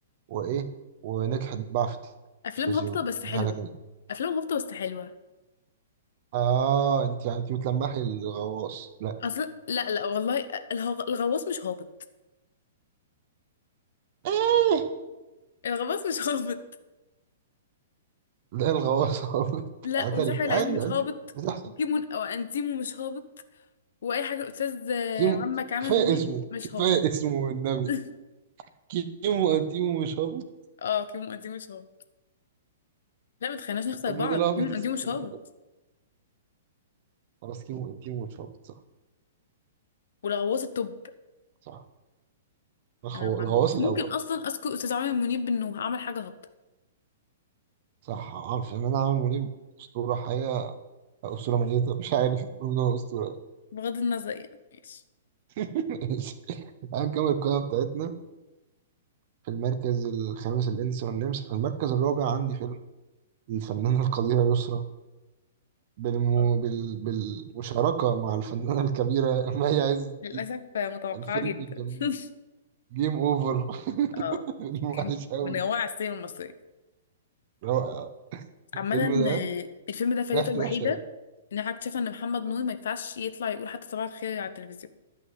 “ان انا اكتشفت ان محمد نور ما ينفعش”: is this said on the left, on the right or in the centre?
Left